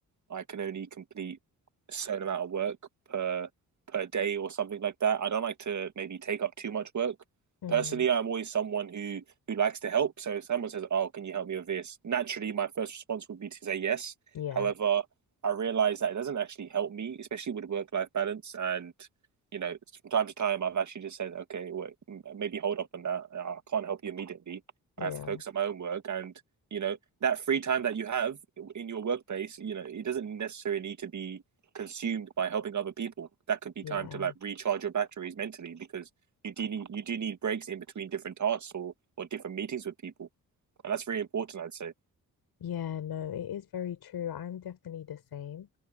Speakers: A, on the right; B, on the left.
A: I can only complete a certain amount of work per per day or something like that. I don't like to maybe take up too much work.
B: Hmm.
A: Personally, I'm always someone who who likes to help. So if someone says, "Oh, can you help me with this?" Naturally, my first response would be to say yes.
B: yeah,
A: However, I realize that it doesn't actually help me, especially with work life balance. And you know, from time to time, I've actually just said, "Okay, well, maybe hold up on that. I can't help you immediately.
B: yeah,
A: I have to focus on my own work." And you know, that free time that you have in your workplace, you know, it doesn't necessarily need to be consumed by helping other people. That could be
B: yeah.
A: time to like recharge your batteries mentally because you do need you do need breaks in between different tasks or or different meetings with people, and that's very important, I'd say.
B: Yeah, no, it is very true. I'm definitely the same.